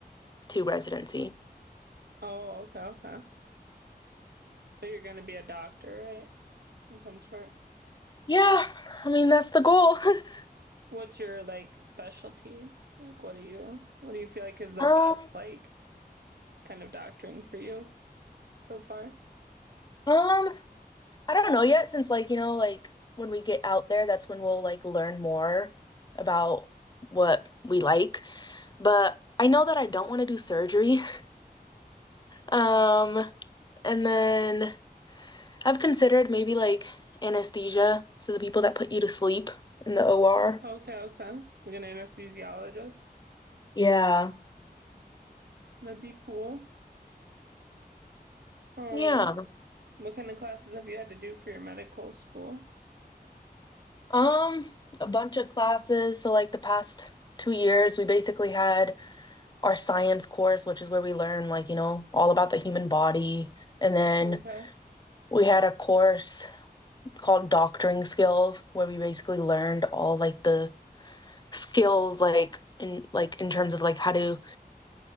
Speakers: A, on the left (about 25°); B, on the right (about 75°).
A: to residency.
B: Oh, okay, okay. But you're going to be a doctor, right? Of some sort.
A: Yeah, I mean that's the goal. <laughs>
B: What's your like specialty? Like, what do you what do you feel like is the
A: Um,
B: best like kind of doctoring for you so far?
A: um, I don't know yet since like, you know, like when we get out there, that's when we'll like learn more about what we like. But I know that I don't want to do surgery. <laughs> Um, and then I've considered maybe like anesthesia, so the people that put you to sleep in the OR.
B: Okay, okay. Like an anesthesiologist.
A: Yeah.
B: That'd be cool. Um,
A: Yeah.
B: what kind of classes have you had to do for your medical school?
A: Um, a bunch of classes. So like the past two years, we basically had our science course, which is where we learn like, you know, all about the human body. And then
B: Okay.
A: we had a course called doctoring skills, where we basically learned all like the skills like in like in terms of like how to